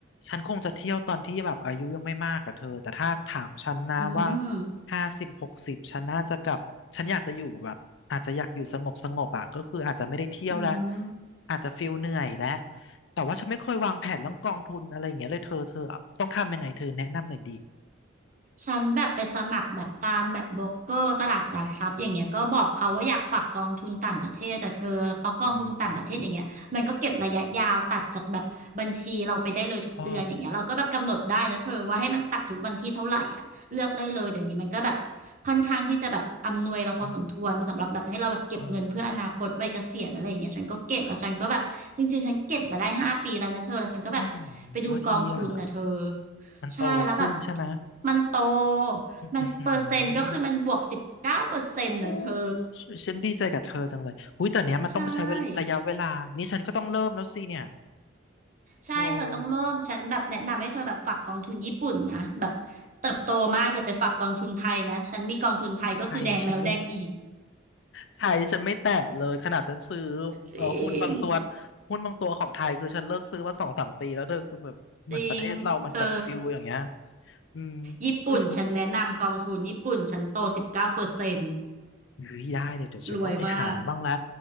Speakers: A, on the left; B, on the right.
A: ฉันคงจะเที่ยวตอนที่แบบอายุยังไม่มากกับเธอแต่ถ้าถามฉันนะว่า
B: อืม
A: ห้าสิบหกสิบฉันน่าจะกลับฉันอยากจะอยู่แบบอาจจะอยากอยู่สงบสงบอ่ะก็คืออาจจะไม่ได้เที่ยวแล้ว
B: อืม
A: อาจจะฟิลเหนื่อยแล้วแต่ว่าฉันไม่เคยวางแผนเรื่องกองทุนอะไรอย่างเงี้ยเลยเธอเธอต้องทำยังไงเธอแนะนำหน่อยดี
B: ฉันแบบไปสมัครแบบตามแบบโบรกเกอร์ตลาดหลักทรัพย์อย่างเงี้ยก็บอกเขาว่าอยากฝากกองทุนต่างประเทศแต่เธอเพราะกองทุนต่างประเทศอย่างเงี้ยมันก็เก็บระยะยาวตัดจากแบบบัญชีเราไปได้เลยทุกเดือนอย่างเงี้ยเราก็แบบกำหนดได้นะเธอว่าให้มันตัดทุกวันที่เท่าไหร่อ่ะเลือกได้เลยเดี๋ยวนี้มันก็แบบ
A: อืมเออ
B: ค่อนข้างที่จะแบบอำนวยเราพอสมควรสำหรับแบบให้เราแบบเก็บเงินเพื่ออนาคตวัยเกษียณอะไรอย่างเงี้ยฉันก็เก็บแล้วฉันก็แบบจริงๆฉันเก็บมาได้ห้าปีแล้วนะเธอแล้วฉันก็แบบไปดูกองทุนนะเธอ
A: อืมเอออืมโอ้ดีอ่ะมันโตขึ้นใช่ไหม
B: ใช่แล้วแบบมันโต
A: อื
B: มันเปอร์เซ็นต์ก็คือมันบวกสิบเก้าเปอร์เซ็นต์นะเธอ
A: ม โอ้ยฉันดีใจกับเธอจังเลยหุ้ยแต่เนี้ยมันต้องใช้เวลาระยะเวลานี่ฉันก็ต้องเริ่มแล้วสิเนี่ย
B: ใช่ใช่เธอต้องเริ่มฉันแบบแนะนำให้เธอแบบฝากกองทุนญี่ปุ่นนะแบบเติบโตมากอย่าไปฝากกองทุนไทยนะฉันมีกองทุนไทยก็คือแดงแล้วแดงอีก
A: โอ้ไทยฉันไม่ไทยฉันไม่แตะเลยขนาดฉันซื้อ
B: จริง
A: เออหุ้นบางตัวหุ้นบางตัวของไทยคือฉันเลิกซื้อมาสองสามปีแล้วเธอคือแบบเหมือนประเทศเรามันแบบฟิลอย่างเงี้ย
B: จริงเธอ
A: อืม
B: ญี่ปุ่นฉันแนะนำกองทุนญี่ปุ่นฉันโตสิบเก้าเปอร์เซ็นต์
A: คือทงอุ้ยได้เลยเดี๋ยวฉันต้องไปหาบ้างละ
B: รวยมาก